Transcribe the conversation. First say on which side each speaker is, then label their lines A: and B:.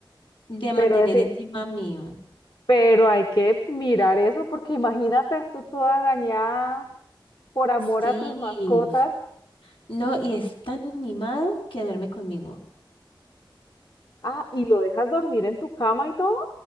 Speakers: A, on the left; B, on the left.
A: de mantener
B: pero en fin,
A: encima mío.
B: pero hay que mirar eso porque imagínate tú toda dañada por amor
A: Sí.
B: a tus mascotas.
A: No, y es tan mimado que duerme conmigo. <gasps>
B: Ah, y lo dejas dormir en tu cama y todo.